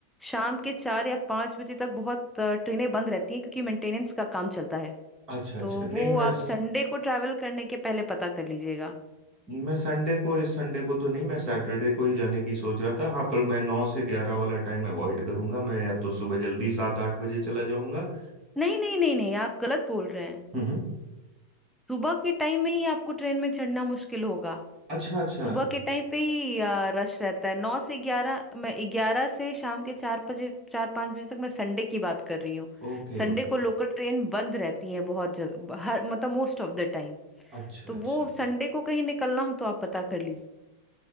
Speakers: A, in the centre; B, on the right.
A: शाम के चार या पाँच बजे तक बहुत अ, ट्रेनें बंद रहती हैं क्योंकि मेंटेनेंस का काम चलता है
B: अच्छा अच्छा
A: तो
B: नहीं
A: वो
B: मैं
A: आप संडे को ट्रैवल करने के पहले पता कर लीजिएगा
B: मैं संडे को इस संडे को तो नहीं मैं सैटरडे को ही जाने की सोच रहा था हाँ पर मैं नौ से ग्यारह वाला टाइम अवॉइड करूंगा मैं या तो सुबह जल्दी सात आठ बजे चला जाऊंगा
A: नहीं नहीं नहीं नहीं आप गलत बोल रहे हैं
B: हम्म
A: सुबह के टाइम में ही आपको ट्रेन में चढ़ना मुश्किल होगा
B: अच्छा अच्छा
A: सुबह के टाइम पे ही रश रहता है नौ से ग्यारह मैं ग्यारह से शाम के चार बजे चार पाँच बजे तक मैं संडे की बात कर रही हूँ
B: Okay
A: संडे
B: okay
A: को लोकल ट्रेन बंद रहती है बहुत जगह हर मतलब मोस्ट ऑफ द टाइम
B: अच्छा
A: तो
B: अच्छा
A: वो संडे को कहीं निकलना हो तो आप पता कर लीजिए